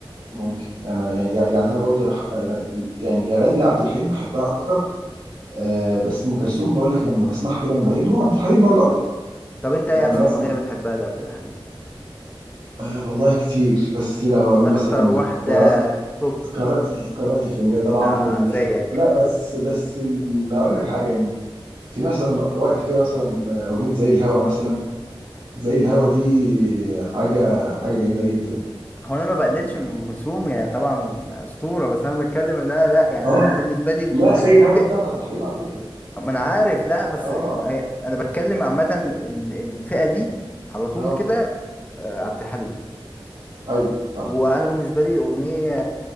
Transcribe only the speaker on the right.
ممكن انا يعني يعني انا برضو أنا ح- أنا يعني الاغاني لعبد الحليم بحبها اكتر آه بس ام كلثوم بقول لك لما بسمعها كده من بعيد وعبد الحليم برضو على فكره
لما
بسمع
آه والله كتير بس لو اقول
مثلا
قراءة
قارئة ال- قارئة الفنجان طبعا
وال...
لا بس بس ال... هقول لك حاجه يعني في مثلا وقت كده مثلا اغنيه زي الهوا مثلا زي الهوا دي حاجه حاجه جميله جدا
اه
لا
زي الهوا دي
بتاعت عبد الحليم على فكره
اه
اه
ايوه صح